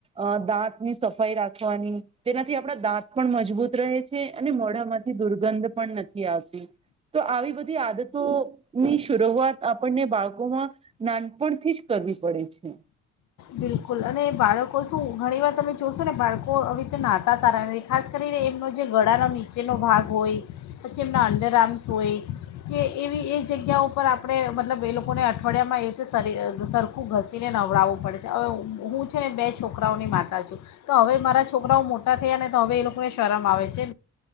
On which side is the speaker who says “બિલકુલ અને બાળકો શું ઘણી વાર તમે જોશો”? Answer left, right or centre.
Left